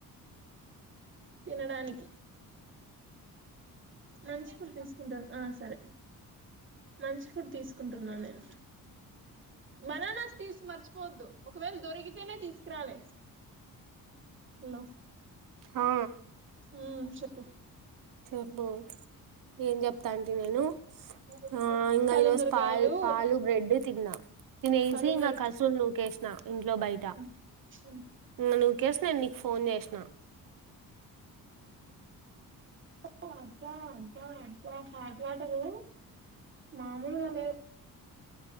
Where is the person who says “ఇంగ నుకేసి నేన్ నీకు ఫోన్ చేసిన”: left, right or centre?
Right